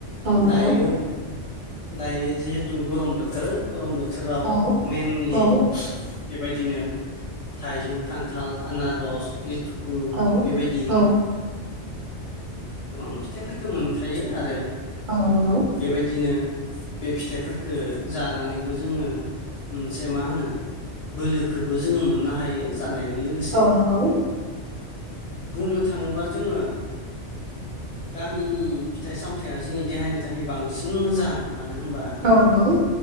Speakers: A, on the right; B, on the left.
A: औ नंगौ
B: दायो दायो जिहेथु गरम बोथोर गरम बोथोराव
A: औ
B: मेनलि
A: औ
B: बेबायदिनो थाइजौ खान्थाल आनारस लिथुखु
A: औ
B: बेबायदि
A: औ
B: गोबां फिथाइफोरखौ मोनखायो आरो
A: औ नंगौ
B: बेबायदिनो बे फिथाइफोरख जानानैबो जोङो मोनसे मा होनो बोलोखौबो जोङो मोननो हायो जानायजों लोगोसे
A: औ नंगौ
B: बुंनो थाङोब्ला जोङो गामिनि फिथाइ सामथायाइया जोंनि देहानि थाखाय बांसिन मोजां मानो होनबा
A: औ